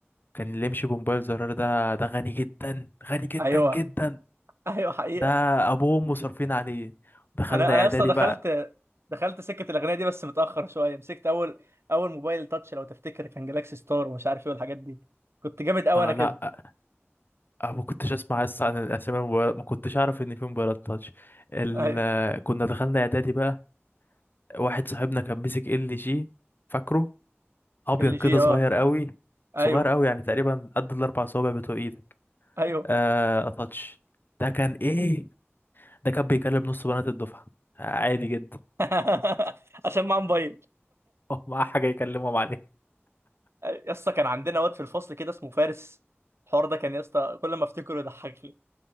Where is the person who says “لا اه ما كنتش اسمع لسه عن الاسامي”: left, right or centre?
Left